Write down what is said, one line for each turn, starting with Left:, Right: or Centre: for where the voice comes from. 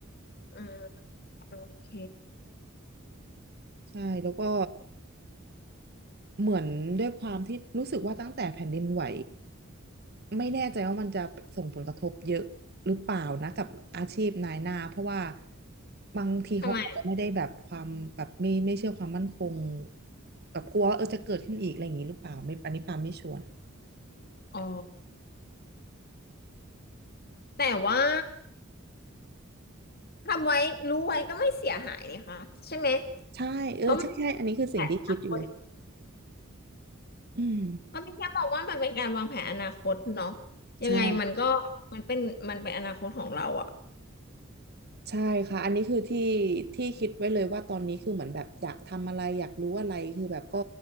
Left: อ่าโอเค
Right: ใช่แล้วก็เหมือนด้วยความที่รู้สึกว่าตั้งแต่แผ่นดินไหวไม่แน่ใจว่ามันจะส่งผลกระทบเยอะหรือเปล่านะกับอาชีพนายหน้าเพราะว่าบางทีเขาอาจจะไม่ได้แบบความแบบไม่ไม่เชื่อความมั่นคง
Left: ทำไม
Right: แบบกลัวว่าเออจะเกิดขึ้นอีกอะไรอย่างนี้หรือเปล่าไม่อันนี้ปาไม่ชัวร์
Left: อ๋อแต่ว่าทำไว้รู้ไว้ก็ไม่เสียหายนะคะใช่ไหม
Right: ใช่เออใช่ใช่อันนี้คือสิ่งที่คิดอยู่เลย
Left: เพราะมันแปดพันคน
Right: อืม
Left: ก็พี่แค่มองว่ามันเป็นการวางแผนอนาคตเนาะยังไงมันก็
Right: ใช่
Left: มันเป็นมันเป็นอนาคตของเราอะ
Right: ใช่ค่ะอันนี้คือที่ที่คิดไว้เลยว่าตอนนี้คือเหมือนแบบอยากทำอะไรอยากรู้อะไรคือแบบก็